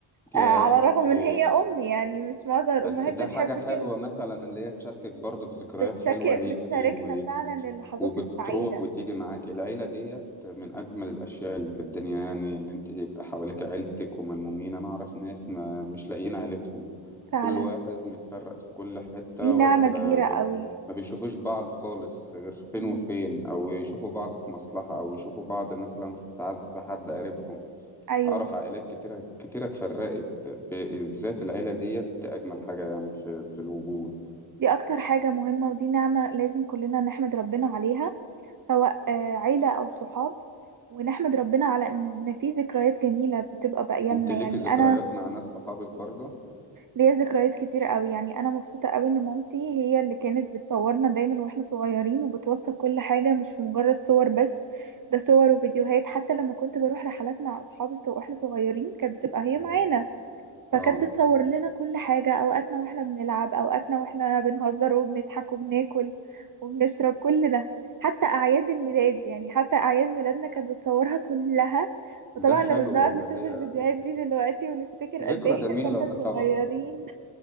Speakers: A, in the centre; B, on the right (about 40°).
A: يا
B: آه، على الرغم
A: في
B: من هي أمي يعني مش معظم الأمهات
A: بس ده
B: بتحب
A: حاجة حلوة
B: كده
A: مثلا اللي هي تشاركك برضه في ذكريات
B: بتشك...
A: حلوة ليكي
B: بتشاركنا
A: و...
B: فعلا اللحظات
A: وبتروح
B: السعيدة
A: وتيجي معاكي العيلة ديت من أجمل الأشياء اللي في الدنيا يعني اللي أنت يبقى حواليك عيلتك وملمومين أنا أعرف ناس ما مش لاقيين عيلتهم
B: فعلا
A: كل واحد متفرق في كل حتة
B: دي نعمة
A: ولا
B: كبيرة
A: ب...
B: قوي
A: ما بيشوفوش بعض خالص غير فين
B: مم.
A: وفين أو يشوفوا بعض في مصلحة أو يشوفوا بعض مثلا في عز حد قريبهم
B: أيوة
A: اعرف عائلات كتيره كتيره اتفرقت بالذات العيله ديت ده اجمل حاجه يعني في في الوجود
B: دي أكتر حاجة مهمة ودي نعمة لازم كلنا نحمد ربنا عليها سواء آه، عيلة أو صحاب ونحمد ربنا على إن في ذكريات جميلة بتبقى باقية
A: انت
B: لنا
A: ليكي
B: يعني
A: ذكريات
B: أنا
A: مع ناس صحابك برضه
B: ليا ذكريات كتير قوي يعني أنا مبسوطة قوي إن مامتي هي اللي كانت بتصورنا دايما وإحنا صغيرين وبتوثق كل حاجة مش مجرد صور بس ده صور وفيديوهات حتى لما كنت بروح رحلات مع أصحابي سو- وإحنا صغيرين كانت بتبقى هي
A: مم.
B: معانا فكانت
A: اه
B: بتصور لنا كل حاجة أوقاتنا وإحنا بنلعب أوقاتنا وإحنا بنهزر وبنضحك وبناكل وبنشرب كل ده حتى أعياد الميلاد يعني حتى أعياد ميلادنا كانت بتصورها كلها وطبعا
A: ده
B: لما
A: حلو
B: بنقعد
A: اللي
B: نشوف
A: هي
B: الفيديوهات دي دلوقتي ونفتكر
A: ذكرى
B: قد إيه
A: جميله
B: إحنا كنا صغيرين
A: طبعا